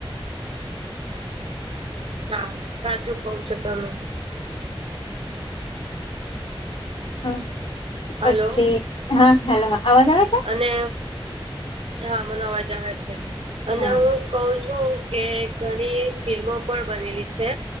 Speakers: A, on the right; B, on the left.
A: હા સાચું કવ છો, તમે
B: હા
A: હલો
B: પછી હા હેલો હા અવાજ આવે છે.
A: અને હા મનાવા જહેર છે, અને
B: હા
A: હુ કઉ છુ, કે ઘણી ફિલ્મો પણ બનેલી છે.